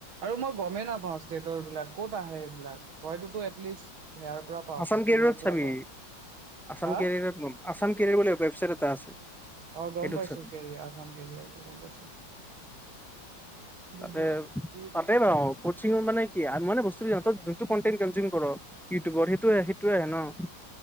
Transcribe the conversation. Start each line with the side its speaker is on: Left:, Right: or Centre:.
Right: আৰু মই গমেই নাপাওঁ ষ্টেটৰ বিলাক ক'ত আহে এইবিলাক তইতোতো এটলিষ্ট, ইয়াৰ পৰা পাওঁ
Centre: আচাম
Right: কচিঙৰ
Centre: কেৰিয়াৰত
Right: পৰা
Centre: চাবি
Right: পাওঁ
Centre: আচাম
Right: হা
Centre: কেৰিয়াৰত লয়। আছাম কেৰিয়াৰ বুলি ৱেবছাইট এটা আছে।
Right: অ' গম
Centre: সেইটোত
Right: পাইছো
Centre: চাবি
Right: কেৰিয়াৰ আছাম কৰিয়াৰটো গম পাইছো গম
Centre: তাতে
Right: পাইছো সেইটো
Centre: তাতেই <unintelligible> আৰু কচিঙৰ মানে কি <unintelligible> মানে বস্তু যোনটো কনটেন কনজিউম কৰ্ ইউটিউবৰ সেইটোয়ে সেইটোয়ে আহে ন'?